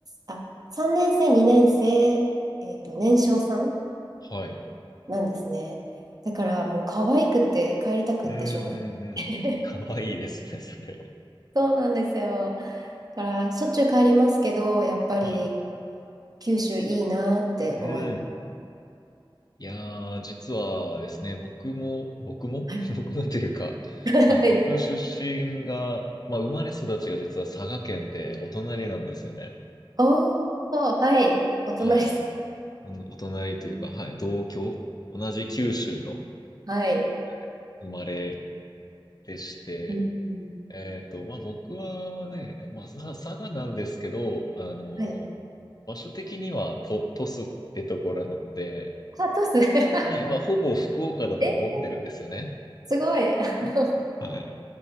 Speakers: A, on the right; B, on the left.
A: あ、3年生、2年生、えっと、年少さん
B: はい。
A: なんですね。だからもう可愛くて帰りたくってしょうが
B: うん、うん、うん。
A: ない
B: かわいいですね、それは。
A: <laughs> そうなんですよ。だからしょっちゅう帰りますけど、やっぱり
B: はい。
A: 九州いいなって思います。
B: うん。いやー、実はですね、僕も、僕も
A: <laughs>
B: <laughs> 僕もというか、
A: はい。
B: はい、僕出身が、まあ、生まれ育ちが実は佐賀県でお隣なんですよね。
A: <laughs> おー、はい。お隣さ
B: はい。お、お隣というか、はい、同郷、同じ九州の
A: ん。はい。
B: はい生まれでして、
A: うんうん
B: えっと、まあ、僕はね、まあ、さ佐賀なんですけど、あの、
A: はい。
B: 場所的にはと、鳥栖ってところなので、
A: あ、トス。<laughs>
B: はい、まあ、ほぼ福岡だと思ってるんですよね。
A: え、すごい。<laughs> あの、
B: はい。